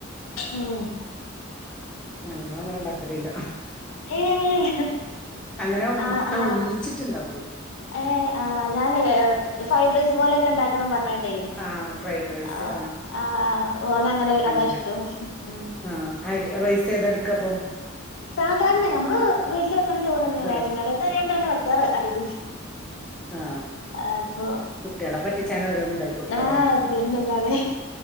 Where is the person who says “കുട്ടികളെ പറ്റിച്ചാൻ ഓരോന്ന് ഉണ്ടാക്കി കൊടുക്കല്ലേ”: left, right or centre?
Centre